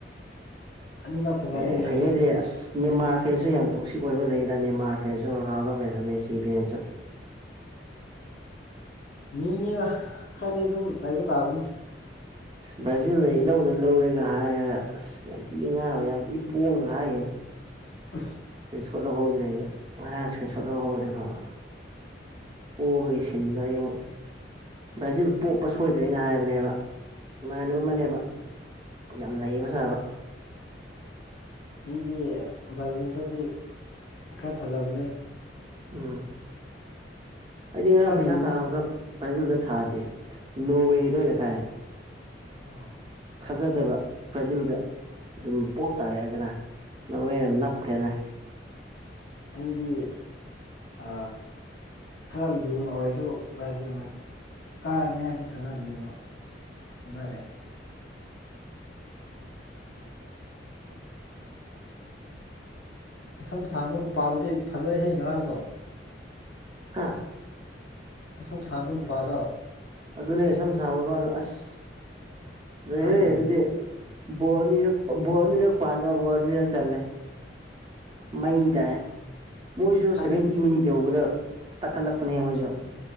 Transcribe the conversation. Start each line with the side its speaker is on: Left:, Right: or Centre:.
Left: ꯑꯅꯤꯃꯛ ꯐꯖꯔꯦ
Right: ꯑꯦ
Left: ꯂꯣꯏꯔꯦ
Right: ꯍꯥꯏꯅ ꯗꯦ ꯑꯁ ꯅꯦꯃꯥꯔ ꯐꯦꯟꯁꯨ ꯌꯥꯝ ꯇꯣꯛꯁꯤꯛ ꯑꯣꯏꯕ ꯂꯩꯗ ꯅꯦꯃꯥꯔ ꯐꯦꯟꯁꯨ ꯔꯣꯅꯥꯜꯗꯣ ꯐꯦꯟꯁꯨ ꯃꯦꯁꯤ ꯐꯦꯟꯁꯨ
Left: ꯃꯤꯅꯤꯅ ꯈꯔꯗꯤ ꯑꯗꯨꯝ ꯂꯩꯕ ꯇꯥꯕꯅꯤ
Right: ꯕ꯭ꯔꯥꯖꯤꯜꯅ ꯏꯜꯂꯧꯗ ꯂꯧꯔꯦꯒ ꯍꯥꯏꯔꯒ ꯑꯁ ꯌꯥꯝ ꯊꯤꯅ ꯉꯥꯕ ꯌꯥꯝ ꯊꯤ ꯄꯣꯡꯉꯒ ꯍꯥꯏꯈꯤꯕꯅꯦ
Left: ꯑꯁ
Right: ꯏꯁꯀ꯭ꯔꯤꯟ ꯁꯣꯠ ꯂꯧꯍꯧꯗ꯭ꯔꯦ ꯑꯩꯁꯨ ꯉꯔꯥꯡ ꯏꯁꯀ꯭ꯔꯤꯟ ꯁꯣꯠ ꯂꯧꯍꯧꯔꯗꯤ ꯐꯕ ꯄꯣꯕꯒꯤ ꯁꯤꯟꯗꯣ ꯑꯩ ꯑꯃꯨꯛ ꯕ꯭ꯔꯥꯖꯤꯛ ꯄꯣꯞꯄ ꯁꯣꯏꯗ꯭ꯔꯦ ꯑꯩꯅ ꯍꯥꯏꯕꯅꯦꯕ ꯏꯃꯥꯟꯅꯕ ꯑꯃꯅꯦꯕ ꯌꯥꯝ ꯅꯩꯕ ꯁꯥꯕ
Left: ꯑꯩꯗꯤ ꯕ꯭ꯔꯥꯖꯤꯜꯗꯗꯤ ꯈꯔ ꯊꯥꯖꯕꯅꯦ
Right: ꯎꯝ ꯑꯩꯗꯤ ꯉꯔꯥꯡ
Left: ꯈꯔ
Right: ꯄꯩꯁꯥ
Left: ꯂꯨ
Right: ꯊꯥꯕꯗꯣ ꯕ꯭ꯔꯥꯖꯤꯜꯗ ꯊꯥꯗꯦ ꯅꯣꯋꯦꯗ ꯑꯣꯏꯅ ꯊꯥꯏ
Left: ꯑꯣ
Right: ꯐꯥꯖꯗꯕ ꯄꯕ꯭ꯔꯖꯤꯜꯗ ꯑꯗꯨꯝ ꯄꯣꯞ ꯇꯥꯔꯛꯑꯦꯗꯅ ꯅꯧꯋꯦꯅ ꯅꯞꯈ꯭ꯔꯦꯗꯅ
Left: ꯑꯩꯗꯤ ꯑ ꯈꯔ ꯂꯨꯅ ꯑꯣꯏꯔꯁꯨ ꯕ꯭ꯔꯥꯖꯤꯜꯅ ꯀꯥꯔꯅꯤ ꯍꯥꯏꯕ ꯊꯥꯖꯕꯅꯦꯕ ꯑꯣꯅꯔꯦ ꯃꯁꯝ ꯁꯥꯡꯕ ꯅꯨꯄꯥꯗꯨꯗꯤ ꯐꯖꯩꯍꯦ ꯉꯔꯥꯡꯗꯣ
Right: ꯍꯥ
Left: ꯃꯁꯝ ꯁꯥꯡꯕ ꯅꯨꯄꯥꯗꯣ
Right: ꯑꯗꯨꯅꯦ ꯁꯝ ꯁꯥꯡꯕ ꯅꯨꯄꯥꯗꯣ ꯑꯁ ꯐꯖꯩꯍꯦ
Left: ꯉꯔꯥꯡ ꯂꯩ
Right: ꯑꯗꯨꯗꯤ ꯕꯣꯜ ꯑꯅꯤꯔꯛ ꯕꯣꯜ ꯑꯅꯤꯔꯛ ꯄꯥꯟꯕ ꯕꯣꯜ ꯑꯅꯤꯔꯛ ꯆꯜꯂꯦ ꯃꯩ ꯇꯥꯏ ꯃꯣꯏꯁꯨ
Left: ꯁꯛ
Right: ꯁꯦꯚꯦꯟꯇꯤ ꯃꯤꯅꯤꯠ ꯌꯧꯕꯗ ꯇꯛꯈꯠꯂꯛꯄꯅꯦ ꯍꯦ ꯃꯣꯏꯁꯨ